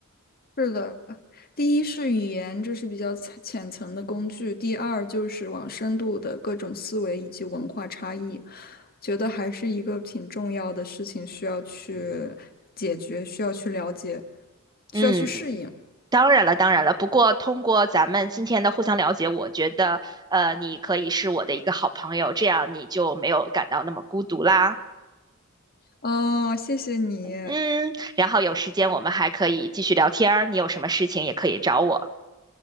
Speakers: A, on the left; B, on the right.
A: 是的，第一是语言，这是比较浅浅层的工具；第二就是往深度的各种思维以及文化差异，觉得还是一个挺重要的事情，需要去解决，需要去了解，需要去适应。
B: 嗯，当然了，当然了。不过通过咱们今天的互相了解，我觉得，呃，你可以是我的一个好朋友，这样你就没有感到那么孤独啦。
A: 哦，谢谢你。
B: 嗯，然后有时间我们还可以继续聊天儿，你有什么事情也可以找我。